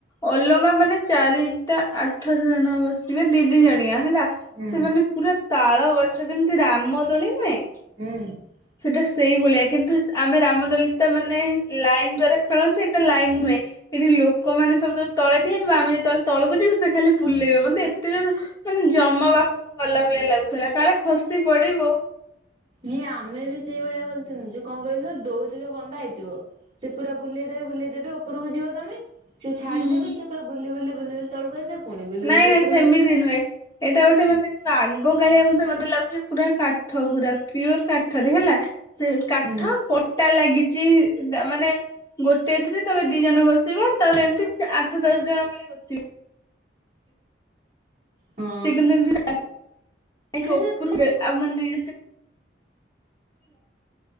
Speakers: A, on the left; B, on the right.
A: ଅଲଗା ମାନେ ଚାରିଟା ଆଠ ଜଣ ବସିବେ ଦି ଦି ଜଣିଆ ହେଲା। ସେ
B: ହୁଁ
A: ମାନେ ପୁରା ତାଳ ଗଛ ଯେମିତି ରାମ ଦୋଳି ନୁହେଁ।
B: ହୁଁ।
A: ସେଟା ସେଇ ଭଳିଆ କିନ୍ତୁ ଆମେ ରାମ ଦୋଳିଟା ମାନେ ଲାଇନ୍ ଦ୍ଵାରା ଖେଳନ୍ତି, ଏଟା ଲାଇନ୍ ନୁହେଁ। ଏଠି ଲୋକମାନେ ସବୁ ତ ତଳେ ଠିଆହେଇଥିବେ, ଆମେ ଯେତେବେଳେ ତଳକୁ ଯିବୁ ସେ ଖାଲି ବୁଲେଇବେ, ମୋତେ ଏତେ ଜୋର ମାନେ ଯମ ପାଖକୁ ଗଲା ଭଳିଆ ଲାଗୁଥିଲା କାଳେ ଖସି ପଡିବ।
B: ହେଇ ଆମେ ବି ସେଇଭଳିଆ କରିଥିଲୁ ଯେ କଣ କହିଲ ଦଉରି ରେ ବନ୍ଧା ହେଇଥିବ। ସେ ପୁରା ବୁଲେଇଦେବେ ବୁଲେଇଦେବେ ଉପରକୁ ଯିବ ତୋମେ, ସେ ଛାଡିଦେବେ
A: ହୁଁ
B: ସେ ପୁରା ବୁଲି ବୁଲି ବୁଲି ବୁଲି ତଳକୁ ଆସିବା ପୁଣି ବୁଲ
A: ନାଇଁ
B: ବୁଲି
A: ନାଇଁ
B: ଉପରକୁ
A: ସେମିତି
B: ଯିବ।
A: ନୁହେଁ ଏଇଟା ଗୋଟେ ମାନେ ଯୋଉ ଆଗ କାଳିଆକୁ ତ ମୋତେ ଲାଗୁଛି ପୁରା କାଠ, ପୁରା ପିଓର୍ କାଠରେ ହେଲା। ସେ କାଠ
B: ହୁଁ।
A: ପଟା ଲାଗିଚି ତା ମାନେ ଗୋଟେ ଥିରେ ତୋମେ ଦି ଜଣ ବସିବ, ତାପରେ ଏମିତି ସେ ଆଠ ଦଶ ଜଣ ଭଳିଆ ବସିବେ।
B: ହଁ
A: ସେ କିନ୍ତୁ
B: ଏମି
A: ଏମତି <unintelligible> ଯାଇକି
B: ଏ
A: ଉପରୁ ଆ ମାନେ